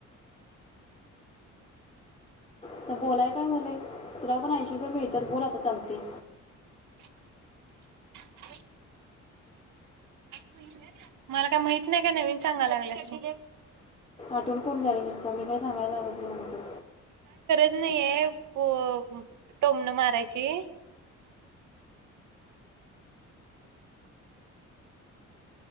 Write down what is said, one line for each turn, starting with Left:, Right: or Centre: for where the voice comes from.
Left: आता बोलाय काय व्हायलय? तुला पण ऐंशी रुपये मिळत्यात बोल आता चालतंय.
Right: <unintelligible> मला काय माहित नाही काय? नवीन सांगाय लागलीयास तू.
Left: आठवून कोण जायलं नुसतं मी काय सांगायला लागल
Right: नाही आहे पो टोमन मारायचे.